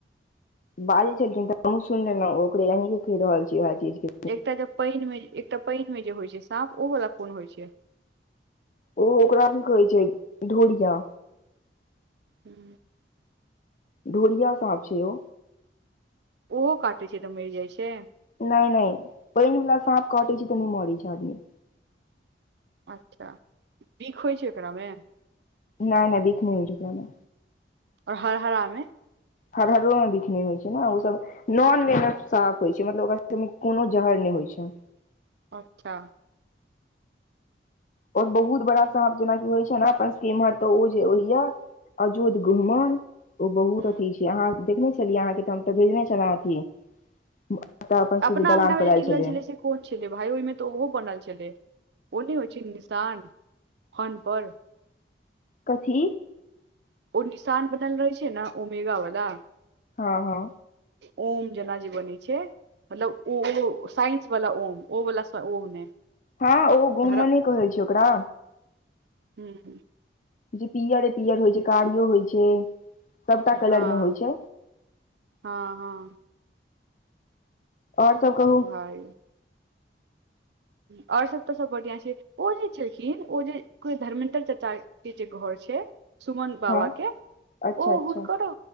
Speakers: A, on the left; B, on the right.
A: बाजे छलखिन तऽ हमहुँ सुइनलेनउ ओकरे अहीं के खहि रहल छी उहे चीज के
B: एकटा जे पाईन मे एकटा पाईन मे जे होइ छै सांप ओ वाला कोन होइ छै।
A: ओ ओकरा की कहै छै ढोरिया
B: हम्म
A: ढोरिया सांप छै ओ
B: ओहो काटे छै तऽ मइर जाइ छै
A: नयि नयि पइन वला साँप काटे छै त नयि मरे छै आदमी
B: अच्छा बिख होइ छै ओकरामे
A: नै नै बिख नै होइ छै कोनो।
B: और हरहरा मे।
A: हरहरो मे बिख नै होइ छै ने ओ सभ नॉन वेनस सांप होइ छै मतलब ओकरा कोनो जहर नहि होइ छै।
B: अच्छा।
A: और बहुत बड़ा साप जेनाकि होइ छै ने अपन इमहर तऽ ओ जे होइये अजोद गहुमन ओ बहुत
B: हूँ
A: अथि छै। कि अहां देखने छलियै अहां ओहिठाम त बढिया छले अथि। सभटा अपन
B: अपना
A: सबके दलान
B: अंगना मे
A: पर जे
B: निकलल
A: आयल छलैये।
B: छलै से कोन छलै भाय ओहिमे तऽ ओहो बनल छलै ओ नहि होइ छै निशान। फन पर।
A: कथी।
B: ओ निशान बनल रहै छैय नहि ओमेगा वला
A: हाँ हाँ।
B: ओम जना जे बनै छैय मतलब ओ ओ साइंस वला ओम। ओ वला सऽ ओम नै।
A: हाँ ओ गहुंमन
B: धरम
A: कहै छैय ओकरा।
B: हूँ।
A: जे पियरे पियर होइ छै कारिओ होइ छै। सबटा कलर
B: हाँ,
A: मे होइ छै
B: हाँ हाँ।
A: और सब कहु।
B: भाइ और सभ तऽ सब बढ़िआं छै, ओ जे छलखिन ओ जे धर्मेंद्र चच्चा के जे घर छै सुमन बाबा
A: हँ
B: के
A: अच्छा
B: ओ
A: अच्छा
B: हुनकरो